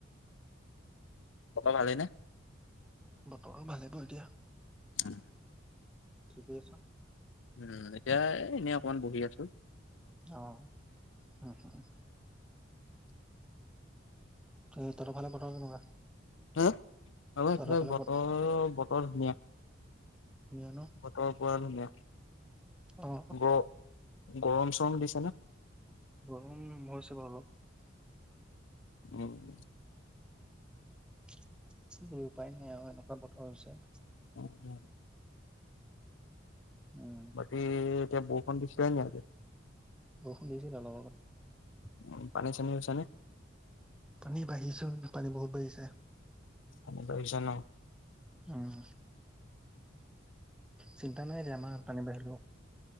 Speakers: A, on the left; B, in the centre.
A: ককা ভালে নে?
B: বতৰ ভালে বাৰু এতিয়া।
A: হুম,
B: কি কৰি আছা?
A: উম, এতিয়া এনে অকমান বহি আছোঁ।
B: অ', উম, হুম, এই তহঁতৰ ফালে বতৰ কেনেকুৱা?
A: উম, অ, এইফালে
B: তহঁতৰ ফালে
A: বতৰ-বতৰ
B: বতৰ
A: ধুনীয়া।
B: ধুনীয়া ন
A: বতৰ পোৰা ধুনীয়া।
B: অ',
A: গ গৰম চৰম দিছে নে?
B: গৰম হৈছে বাৰু অলপ।
A: উম,
B: কি কৰিব উপায় নাই আৰু এনেকুৱা বতৰ হৈছে।
A: উম, উম,
B: উম
A: বাকী, এতিয়া বৰষুণ দিছিলে নি আজি?
B: বৰষুণ দিছিল অলপ আগত।
A: উম, পানী, চানী হৈছেনে?
B: পানী বাঢ়িছে, পানী বহুত বাঢ়িছে।
A: পানী বাঢ়িছে ন?
B: উম। চিন্তা নাই এতিয়া আমাৰ পানী বাঢ়িলেও।